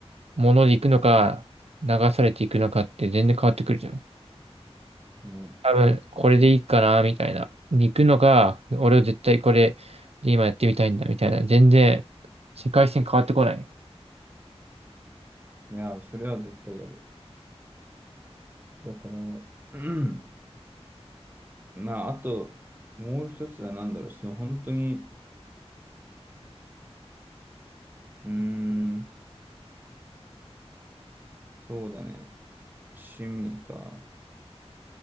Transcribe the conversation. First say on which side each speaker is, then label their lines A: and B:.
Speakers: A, on the right (about 70°); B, on the right (about 15°).
A: もので行くのか、流されていくのかって全然変わってくるじゃん。
B: うんね、
A: 多分、これでいいかなみたいな。に行くのか、俺は絶対これで今やってみたいんだみたいな。全然、世界線変わってこない。
B: いや、それは絶対やる。だから、うんまあ、あと、もう一つは何だろう、その本当に、うーん、そうだね。趣味か。